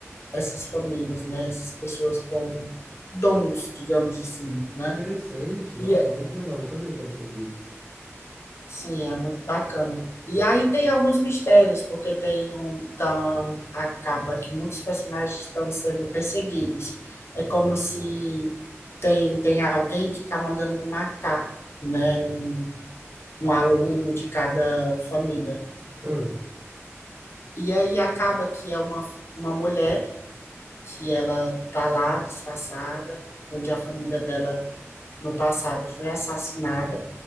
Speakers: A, on the left; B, on the right.
A: essas famílias, né? Essas pessoas com dons, digamos assim, né?
B: Interessante, nossa,
A: E
B: muito legal, não sabia que era sobre isso.
A: Sim, é muito bacana. E aí tem alguns mistérios, porque tem um tão acaba que muitos personagens estão sendo perseguidos. É como se tem, tem alguém que está mandando matar, né, um, um aluno de cada família.
B: Ah,
A: E aí acaba que é uma, uma mulher que ela tá lá disfarçada, onde a família dela no passado foi assassinada.